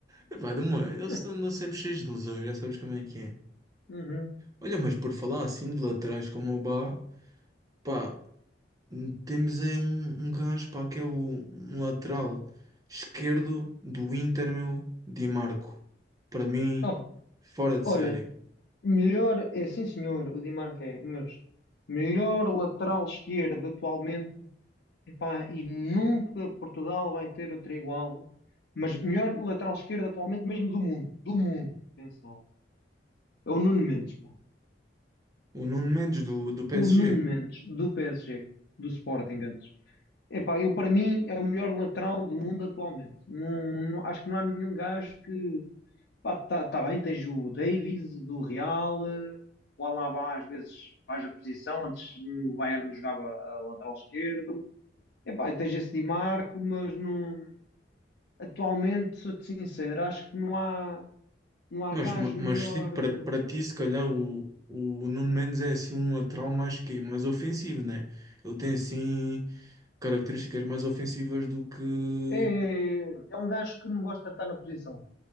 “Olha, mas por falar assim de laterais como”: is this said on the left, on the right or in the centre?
Right